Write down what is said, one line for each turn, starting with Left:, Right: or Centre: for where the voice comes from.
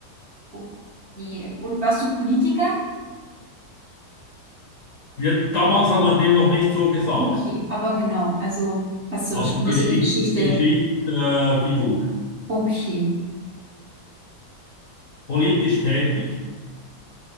Right: Okay. Und warst du Politiker?
Left: Ja, damals hat man dem noch nicht so gesagt,
Right: Okay, aber genau. Also hast du
Left: aber
Right: schon
Left: Geschichts,
Right: was in der Geschichte.
Left: Geschichtsfigur, äh, Figur.
Right: Okay.
Left: politisch tätig.